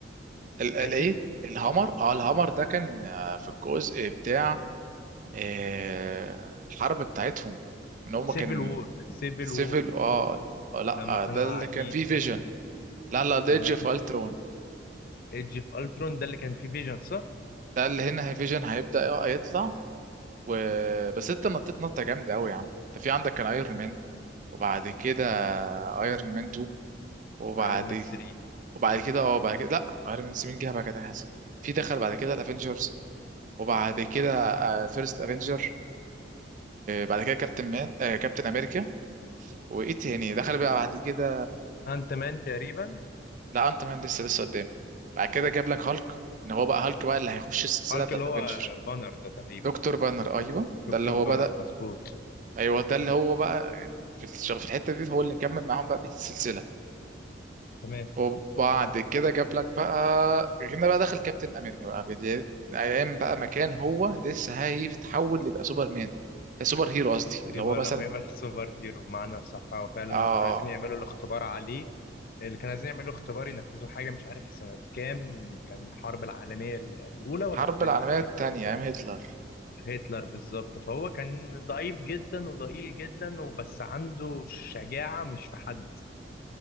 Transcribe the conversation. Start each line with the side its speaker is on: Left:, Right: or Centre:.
Right: الايه
Left: فاكر
Right: الهامر اه الهامر ده كان آه، في الجزء بتاع آه، الحرب بتاعتهم ان هم
Left: سيفل
Right: كان
Left: وور سيفل
Right: سيفل
Left: وور
Right: اه آه، لا
Left: لما كانوا
Right: آه، ده
Left: قاعدين
Right: اللي كان فيه فيجن لا لا ده
Left: لما
Right: ايدج اوف الترون
Left: ايدج في الترون ده اللي كان فيه فيجن صح
Right: ده اللي هنا هي فيجن هيبدأ يطلع و... بس انت نطيت نطة جامدة قوي يا عم انت في عندك كان ايرون مان وبعد كده ايرون مان 2 وبعد
Left: ايرون مان 3
Right: وبعد كده اه بعد كده لا ايرون مان 7 جه بعد كده حسن في دخل بعد كده الافنجرز وبعد كده فيرست افنجر بعد كده كابتن مان آه، كابتن امريكا وايه تاني دخل بقى بعد كده
Left: انت مان تقريبا
Right: لا انت مان لسه لسه قدام بعد كده جاب لك هالك ان هو بقى هالك بقى اللي هيخش السلسله
Left: هالك
Right: بتاعت
Left: اللي هو
Right: افنجر
Left: بانر ده تقريبا
Right: دكتور بانر ايوه
Left: دكتور
Right: ده اللي هو
Left: بانر
Right: بدا
Left: مظبوط
Right: ايوه ده اللي هو بقى في الشغل في الحته دي هو اللي كمل معاهم بقى بقيه السلسله
Left: تمام
Right: وبعد كده جاب لك بقى هنا بقى دخل كابتن امريكا بقى بدايه ايام بقى مكان هو لسه هيتحول يبقى سوبر مان سوبر هيرو قصدي
Left: دي
Right: اللي هو
Left: بقى
Right: مثلا
Left: لما يبقى <laughs> سوبر هيرو بمعنى صح هو فعلا
Right: اه
Left: لما كانوا عايزين يعملوا الاختبار عليه اللي كانوا عايزين يعملوا اختبار ينفذوا حاجه مش عارف في سنه كام كان الحرب العالميه ال- الاولى ولا
Right: حرب
Left: الثانيه
Right: العالميه
Left: تقريبا
Right: الثانيه ايام هتلر
Left: هتلر بالظبط فهو كان ضعيف جدا وضئيل جدا وبس عنده شجاعه مش في حد